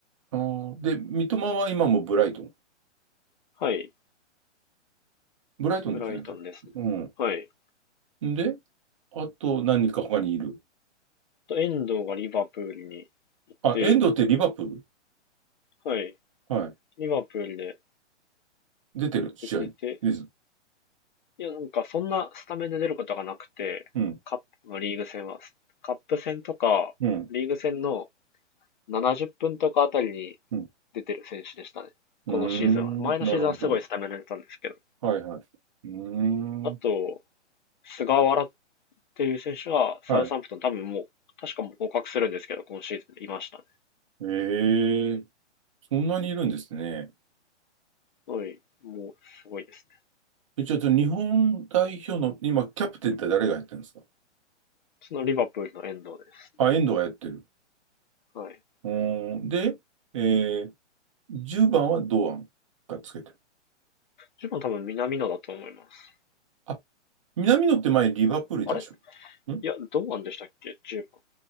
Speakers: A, on the right; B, on the left.
A: あーで、三笘は今もブライトン。
B: はい。
A: ブライトンですよね。
B: ブライトンですね。
A: 確かうん。
B: はい。
A: んで、あと何人か他にいる。
B: と遠藤がリバプールに行って、
A: あ、エンドってリバプール。
B: はい、
A: はい。
B: リバプールで
A: 出てる、試合に。
B: 出てて、
A: です。
B: いや、なんかそんなスタメンで出ることがなくて、
A: うん。
B: カップのリーグ戦は、カップ戦とか、
A: うん。
B: リーグ戦の70分とかあたりに
A: うん。
B: 出てる選手でしたね。このシーズンは。
A: うーん。
B: 前のシーズンはすごいスタメンで出たんですけど。
A: なるほど。はいはい。うー
B: あと、
A: ん。
B: 菅原っていう選手がサウサンプトン多分もう、
A: はい。
B: 確かもう合格するんですけど、今シーズンいましたね。
A: ええそんなにいるんですね。
B: はい、もうすごいですね。
A: え、ちょっと日本代表の、今、キャプテンって誰がやってるんですか
B: そのリバプールの遠藤ですね。
A: あ、遠藤がやってる。
B: はい。
A: うーん。で、えー、10番は堂安がつけてる。
B: 10番多分南野だと思います。
A: あ、南野って前リバプールいたでし
B: あれい
A: ょん
B: や、堂安でしたっけ ?10 番。